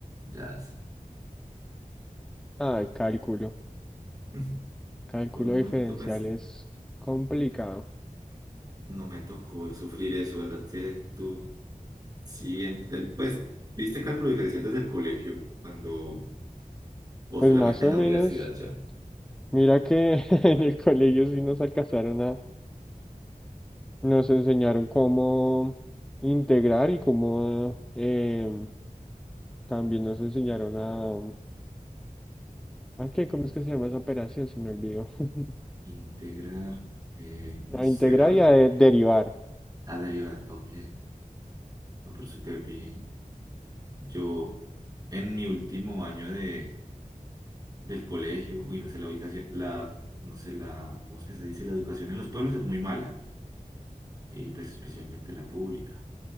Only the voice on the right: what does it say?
Ya, es-
<laughs>
por un momento
pensé,
no me tocó sufrir eso, ¿verdad? Que tú, sí, en el, pues, ¿viste cálculo diferencial desde el colegio cuando, o
solamente
en
la
universidad ya?
Integrar, eh, no
sé,
la verdad.
A derivar, ok. No, pero súper bien. Yo, en mi último año de, del colegio, uy, no sé, la ubicación, la, no sé, la, ¿cómo es que se dice? La educación en los pueblos es muy mala, y pues especialmente la pública.